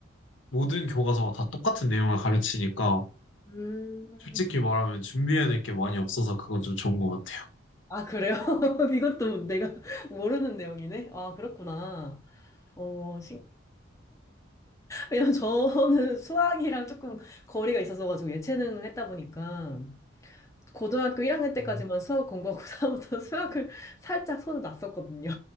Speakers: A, on the left; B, on the left.
A: 모든 교과서가 다 똑같은 내용을 가르치니까
B: 음,
A: 솔직히 말하면 준비해야 될 게 많이 없어서 그건 좀 좋은 것 같아요.
B: 아, 그래요? <laughs> 이것도 내가 <laughs> 모르는 내용이네? 아, 그렇구나. 어, 신... 왜냐면 저는 수학이랑 조금 거리가 있어서 가지고 예체능을 했다 보니까 고등학교 1학년 때까지만
A: 음.
B: 수학을 공부하고 <laughs> 다음부터 수학을 살짝 손을 놨었거든요.